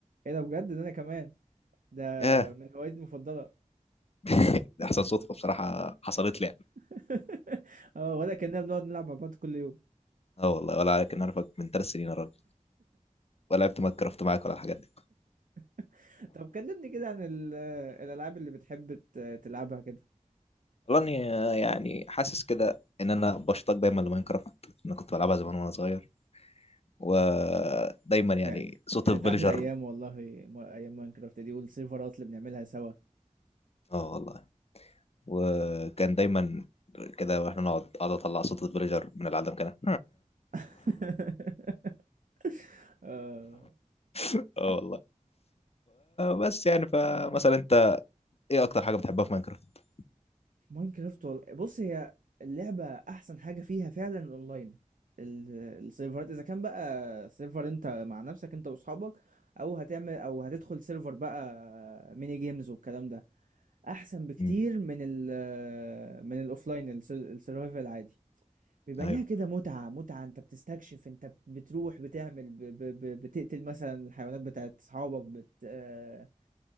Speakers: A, on the right; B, on the left.
A: ايه ده بجد ده انا كمان ده
B: ياه
A: من هواياتي المفضله
B: <laughs> دي أحسن صدفة بصراحة حصلت لي يعني
A: <laughs> اه ولا كنا بنقعد نلعب مع بعض كل يوم
B: أه والله ولا عليك إن أنا أعرفك من ثلاث سنين يا راجل ولا لعبت ماينكرافت معاك ولا الحاجات دي
A: <laughs> طب كلمني كده عن ال- آه، الالعاب اللي بتحب ت- تلعبها كده
B: والله إني آه، يعني حاسس كده إن أنا بشتاق دايما لماينكرافت أنا كنت بلعبها زمان وأنا صغير ودايما
A: ك-
B: يعني
A: ك-
B: صوت
A: كانت
B: الفيلجر
A: احلى ايام والله م- ايام ماينكرافت دي والسيرفرات اللي بنعملها سوا
B: أه والله وكان دايما كده واحنا نقعد اقعد اطلع صوت الفيلجر من العدم كده
A: <laughs> آه،
B: اه والله بس يعني فمثلا انت ايه اكتر حاجه بتحبها في ماينكرافت
A: ماينكرافت وال- بص هي اللعبة أحسن حاجة فيها فعلا الأونلاين ال- السيرفرات إذا كان بقى سيرفر أنت مع نفسك أنت وأصحابك أو هتعمل أو هتدخل سيرفر بقى ميني جيمز والكلام ده أحسن بكتير
B: امم
A: من ال من الأوفلاين الس- السرفايفل العادي بيبقى
B: ايوه
A: ليها كده متعة متعة أنت بتستكشف أنت بتروح بتعمل ب ب ب بتقتل مثلا الحيوانات بتاعت أصحابك بت آه،